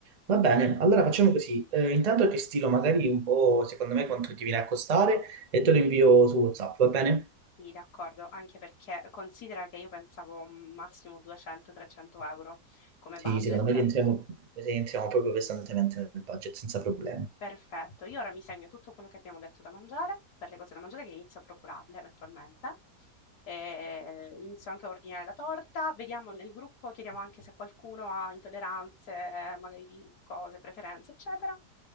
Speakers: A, on the right; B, on the left.
A: Va bene, allora facciamo così. Eh, intanto ti stilo magari un po', secondo me, quanto ti viene a costare e te lo invio su WhatsApp, va bene?
B: Sì, d'accordo, anche perché considera che io pensavo massimo 200-300 euro come
A: Sì,
B: budget.
A: secondo me rientriamo, rientriamo proprio pesantemente nel budget, senza problemi.
B: Perfetto, io ora mi segno tutto quello che abbiamo detto da mangiare, per le cose da mangiare che inizio a procurarle eventualmente. E inizio anche a ordinare la torta, vediamo nel gruppo, chiediamo anche se qualcuno ha intolleranze, eh, magari di cose, preferenze, eccetera.